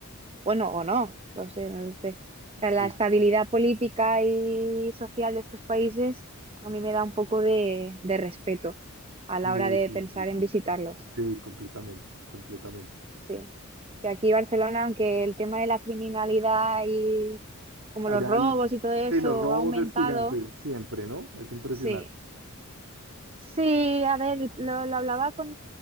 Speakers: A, on the right (about 25°); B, on the right (about 70°).
A: bueno, o no, no sé, no lo sé. O sea,
B: Sí,
A: La estabilidad política y social de estos países a mí me da un poco de, de respeto a
B: sí,
A: la hora de
B: sí,
A: pensar
B: sí, sí.
A: en visitarlos.
B: Sí, completamente, completamente.
A: Sí que aquí Barcelona, aunque el tema de la criminalidad y como
B: Allá
A: los robos
B: el,
A: y todo
B: sí,
A: eso
B: los robos
A: ha aumentado.
B: es gigante, siempre, ¿no? Es impresionante.
A: Sí, sí, a ver, lo, lo hablaba con